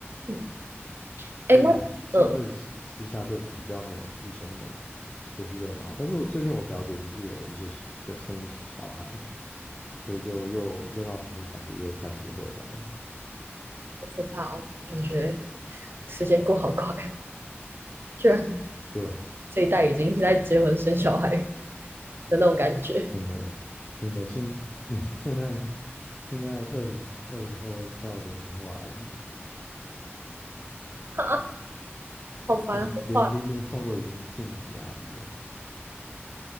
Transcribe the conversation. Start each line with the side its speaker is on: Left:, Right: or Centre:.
Right: 嗯，
Left: 所以相对之之下就比较没有以前那么
Right: 哎，那嗯，
Left: 就是热闹。但是我最近我表姐就是有一些小有生一些小孩，所以就又热闹程度感觉又开始回来了
Right: 好可怕哦，感觉时间过好快，居然
Left: 对啊，
Right: 这一代已经在结婚生小孩的那种感觉，
Left: 真的真的现 <laughs> 现在现在二零二零后叫零零后阿姨，
Right: <laughs> 哈好烦，
Left: 看连零零后都已经晋级阿姨了，
Right: 好快，